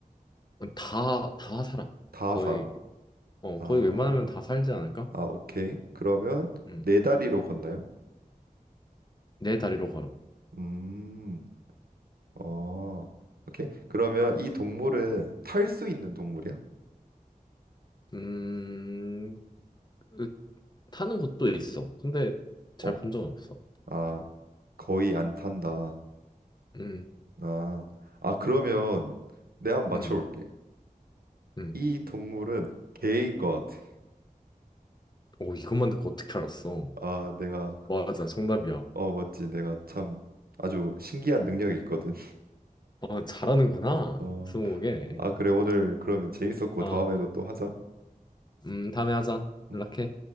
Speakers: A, on the left; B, on the right.
A: 다 다 살아.
B: 다
A: 거의
B: 살아?
A: 어
B: 아,
A: 거의 웬만하면 다 살지 않을까?
B: 아, 오케이. 그러면
A: 음.
B: 네 다리로 걷나요?
A: 네 다리로 걸어.
B: 음, 어, 오케이. 그러면 이 동물은 탈 수 있는 동물이야?
A: 음. 으, 타는 곳도 있어. 근데 잘
B: 어.
A: 본 적은 없어.
B: 아, 거의 안 탄다.
A: 음.
B: 아, 아, 그러면 내가 한번
A: 음.
B: 맞춰볼게.
A: 음.
B: 이 동물은 개인 것 같아.
A: 오, 이것만 듣고 어떻게 알았어?
B: 아, 내가,
A: 맞아. 정답이야.
B: 어, 맞지. 내가 참 아주 신기한 능력이 있거든.
A: 아, 잘하는구나.
B: <laughs> 어,
A: 스무고개.
B: 아, 그래. 오늘 그러면 재밌었고
A: 아,
B: 다음에도 또 하자.
A: 음, 다음에 하자.
B: 음.
A: 연락해.